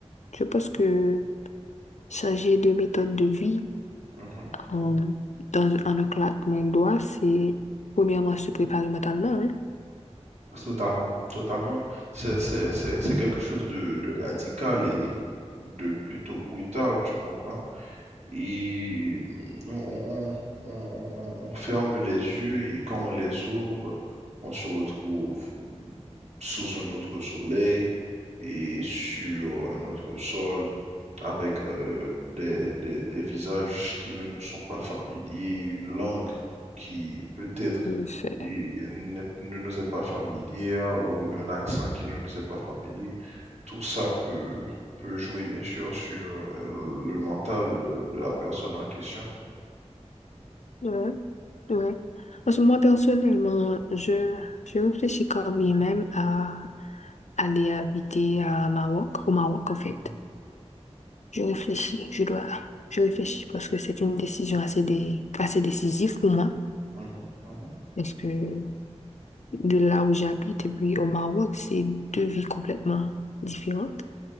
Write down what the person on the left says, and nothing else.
je pense que changer de méthode de vie
en,
dans, en un claquement de doigts, c'est premièrement se préparer mentalement, hein?
En effet.
Ouais, ouais. Parce que moi, personnellement, je, je réfléchis quand bien même à aller habiter à Maroc, au Maroc, en fait.
Je réfléchis, je dois, je réfléchis parce que c'est une décision assez, dé- assez décisive pour moi.
Parce que de là où j'habite et puis au Maroc, c'est deux vies complètement différentes,